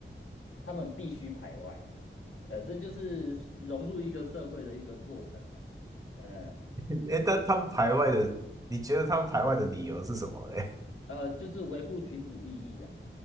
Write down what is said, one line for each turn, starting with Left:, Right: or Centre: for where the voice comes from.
Left: 他们必须排外，呃，这就是融入一个社会的一个过程呐、嗯，
Right: <laughs> 诶，但他们排外的，你觉得他们排外的理由是什么嘞？
Left: 呃，就是维护群体利益啊，